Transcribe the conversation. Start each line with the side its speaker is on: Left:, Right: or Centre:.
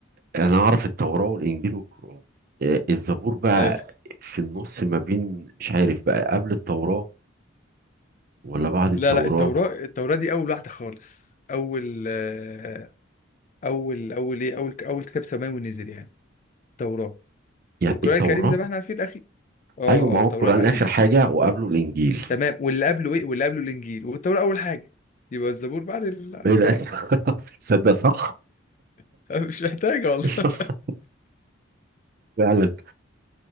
Right: انا اعرف التوراة والانجيل والقرآن آه الزبور بقى
Left: <laughs> حلو
Right: في النص ما بين مش عارف بقى قبل التوراة ولا بعد التوراة
Left: لا لا التوراة التوراة دي أول واحدة خالص أول آه، أول أول إيه أول أول كتاب سماوي نزل يعني التوراة
Right: يعني
Left: والقرآن
Right: التوراة
Left: الكريم زي ما احنا عارفين الأخير أه
Right: ايوه ما
Left: أه التوراة
Right: هو القرآن
Left: الأخير
Right: اخر حاجة وقبله الانجيل
Left: تمام واللي قبله إيه واللي قبله الإنجيل والتوراة أول حاجة يبقى الزبور بعد ال...
Right: بعيد
Left: فاهم
Right: أوي. <laughs> تصدق صح
Left: <laughs> مش محتاجة والله
Right: <laughs>
Left: <laughs>
Right: فعلا